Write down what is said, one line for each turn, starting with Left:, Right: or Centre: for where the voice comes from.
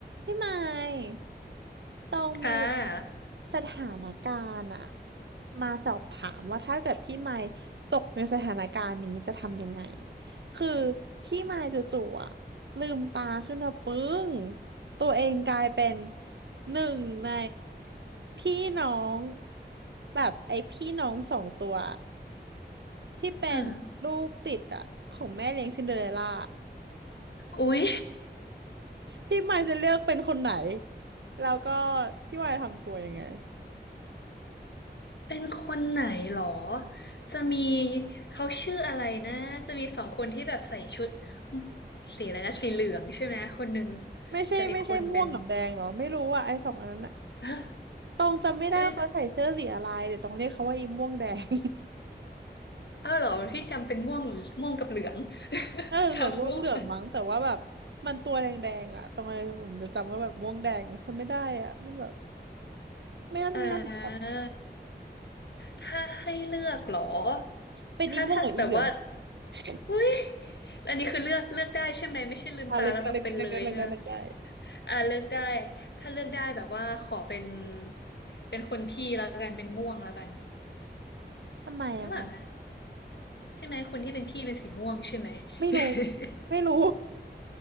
Right: พี่ไมค์ต้องมี
Left: ค่ะ
Right: สถานการณ์อะมาสอบถามว่าถ้าเกิดพี่ไมค์ตกในสถานการณ์นี้จะทำยังไงคือพี่ไมค์จู่ๆอะลืมตาขึ้นมาปึ้งตัวเองกลายเป็นหนึ่งในพี่น้องแบบไอ้พี่น้องสองตัวที่เป็นลูกติดอะของแม่เลี้ยงซินเดอเรลล่า
Left: อ่าอุ๊ย
Right: พี่ไมค์จะเลือกเป็นคนไหนแล้วก็พี่ไมค์ทำตัวยังไง
Left: เป็นคนไหนหรอ จะมีเขาชื่ออะไรนะ จะมีสองคนที่แบบใส่ชุดสีอะไรนะ สีเหลืองใช่ไหมคนหนึ่ง
Right: ไม่ใช่ไม่ใช่ม่วงกับแดงเหรอไม่รู้อ่ะไอ้สองอันนั้นอะ
Left: กับอีกคนเป็นฮะ
Right: ตองจำไม่ได้ว่าเขาใส่เสื้อสีอะไรแต่ตองเรียกเขาว่าอีม่วงแดง
Left: เอ้ยอ้าวเหรอพี่จำเป็นม่วงหรือม่วงกับเหลือง <laughs>
Right: <laughs> น่าจะใส่ม่วงเหลืองมั้งแต่ว่าแบบมันตัวแดงๆอ่ะตองเลยเหมือนจะจำว่าแบบม่วงแดงจำไม่ได้อ่ะมันแบบ
Left: จำม่วง
Right: ไม่น่าไม่น่าถูกจ
Left: อ่าถ้าให้เลือกเหรอ
Right: ำเป็นอีม่วงหรืออีเหลือง
Left: ถ้าถ้าแบบว่า
Right: <laughs>
Left: อุ้ยแล้วอันนี้คือเลือกเลือกได้ใช่ไหมไม่ใช่ลืมตาแล้วแบบเป็นเลยใช่ไหม
Right: อ่ะเล็กได้เล็กได้เล็กได้เล็กได้เล็กได้
Left: อ่าเลือกได้ถ้าเลือกได้แบบว่าขอเป็นเป็นคนพี่แล้วกันเป็นม่วงแล้วกัน
Right: ทำไมอะคะ
Left: หรือเปล่านะใช่ไหมคนที่เป็นพี่เป็นสีม่วงใช่ไหม
Right: ไม่รู้
Left: <laughs>
Right: ไม่รู้